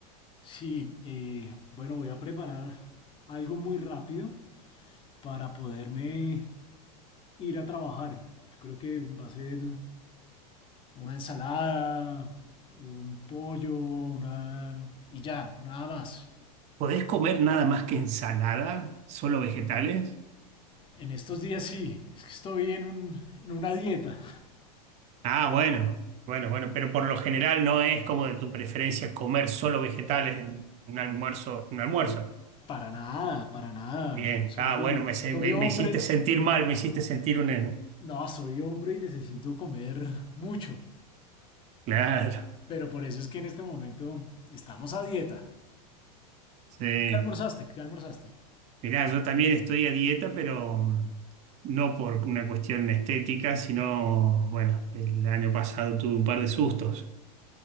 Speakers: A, on the left; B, on the right.
A: Sí, eh, bueno, voy a preparar algo muy rápido para poderme ir a trabajar. Yo creo que va a ser una ensalada, un pollo, una... y ya, nada más.
B: ¿Podés comer nada más que ensalada? ¿Solo vegetales?
A: En estos días sí, es que estoy en un, en una dieta.
B: Ah, bueno, bueno, bueno, pero por lo general no es como de tu preferencia comer solo vegetales en un almuerzo, un almuerzo.
A: Para nada, para nada.
B: Bien,
A: Soy,
B: ah, bueno, me, se-
A: soy
B: me-
A: hombre.
B: me hiciste sentir mal, me hiciste sentir un,
A: No, soy hombre y necesito comer mucho.
B: Claro,
A: Pero por eso es que en este momento estamos a dieta.
B: sí.
A: ¿Tú qué almorzaste? ¿Qué almorzaste?
B: Mirá, yo también estoy a dieta, pero mm, no por una cuestión estética, sino, bueno, el año pasado tuve un par de sustos.